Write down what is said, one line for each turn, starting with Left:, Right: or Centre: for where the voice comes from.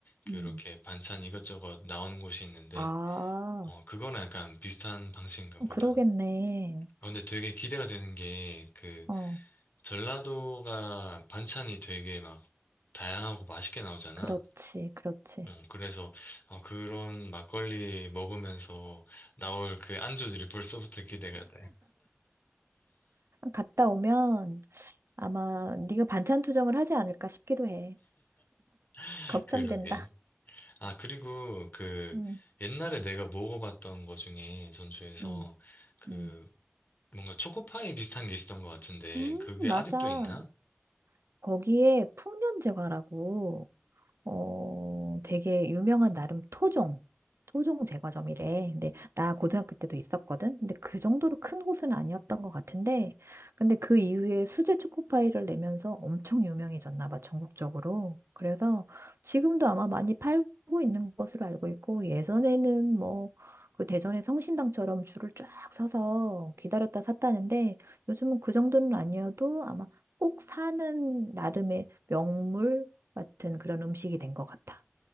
Left: 그렇게
Right: 음.
Left: 반찬 이것저것 나오는 곳이 있는데,
Right: 아,
Left: 어, 그거랑 약간 비슷한 방식인가
Right: 어,
Left: 보다.
Right: 그러겠네.
Left: 아, 근데 되게 기대가 되는 게, 그,
Right: 어,
Left: 전라도가 반찬이 되게 막 다양하고 맛있게 나오잖아.
Right: 그렇지, 그렇지.
Left: 어, 그래서 어, 그런 막걸리 먹으면서 나올 그 안주들이 벌써부터 기대가 돼.
Right: 갔다 오면 아마 네가 반찬 투정을 하지 않을까 싶기도 해.
Left: <laughs>
Right: 걱정된다.
Left: 그러게. 아, 그리고 그
Right: 음,
Left: 옛날에 내가 먹어봤던 거 중에 전주에서
Right: 음,
Left: 그
Right: 음.
Left: 뭔가 초코파이 비슷한 게 있었던 것 같은데
Right: 음,
Left: 그게
Right: 맞아.
Left: 아직도 있나?
Right: 거기에 풍년제과라고 어, 되게 유명한 나름 토종, 토종 제과점이래. 근데 나 고등학교 때도 있었거든. 근데 그 정도로 큰 곳은 아니었던 것 같은데, 근데 그 이후에 수제 초코파이를 내면서 엄청 유명해졌나 봐, 전국적으로. 그래서 지금도 아마 많이 팔고 있는 것으로 알고 있고, 예전에는 뭐, 그 대전의 성심당처럼 줄을 쫙 서서 기다렸다 샀다는데, 요즘은 그 정도는 아니어도 아마 꼭 사는 나름의 명물, 같은 그런 음식이 된 것 같아.